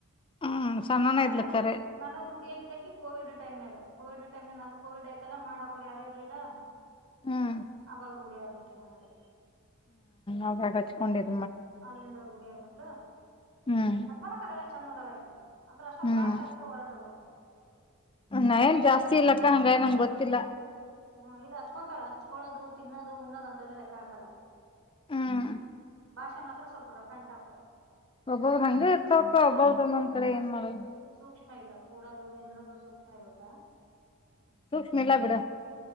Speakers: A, on the left (about 25°); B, on the right (about 75°).
A: ಹ್ಮ್ ಸಣ್ಣನ
B: ನನಗ
A: ಇದ್ಲ ಖರೆ
B: ನನಗೇ ರೂಢಿಯಾಗಿದ್ದ ಕೋವಿಡ್ ಟೈಮ್ನಾಗ ಕೋವಿಡ್ಟೈಮ್ ನಾನು ಕೋವಿಡ್ ಆಯ್ತಲ್ಲ ಮಾಡಕೋ ಯಾರು ಇರ್ಲಿಲ್ಲ
A: ಹ್ಮ್.
B: ಅವಾಗ ರೂಢಿ ಅದಲಿಕ್ಕೆ ನನಗೆ
A: ಆವಾಗ ಹಚ್ಕೊಂಡಿದ್ದ
B: ಅಲ್ಲಿಂದ ರೂಢಿ ಹಾಗಿಬಿಟ್ಲು
A: ಹ್ಮ್
B: ಮಾಡೋಕೆ ಆಗಲ್ಲ ಚೆಂದದಳಾಕಿ ಅಂದ್ರೆ ಅಷ್ಟ
A: ಹ್ಮ್
B: ಭಾಷೆ ಅಷ್ಟ ಹೊರಟದ್ರು
A: ನಾನ್ ಏನು ಜಾಸ್ತಿ ಇಲ್ಲಕ್ಕ ಹಂಗ ನಂಗೆ ಗೊತ್ತಿಲ್ಲ
B: ಹಾ ಇಲ್ಲ ಹಚ್ಕೊಂತಾಳ ಹಚ್ಕೊಳೋದು ತಿನ್ನೋದು ಉನ್ನೋದ ಅಂತ ಎಲ್ಲ ಲೆಕ್ಕ ಹಾಕಲ್ಲ
A: ಹ್ಮ್
B: ಭಾಷಾ ಮಾತ್ರ ಸ್ವಲ್ಪ ರುಫ್ ಅಂಡ್ ಟೂಫ್
A: ಒಬ್ಬರು ಹಂಗೆ ಇರ್ತಕ್ಕ ಒಬ್ದ ಒಂದೊಂದ್ ಕಡೆ ಏನ್ ಮಾಡದು
B: ಸೂಕ್ಷ್ಮ ಇಲ್ಲ ಕೂಡದು ನಿಂದ್ರದು ಸೂಕ್ಷ್ಮ ಇಲ್ಲ ಅಕ್ಕ
A: ಸೂಕ್ಷ್ಮ ಇಲ್ಲಾ ಬಿಡ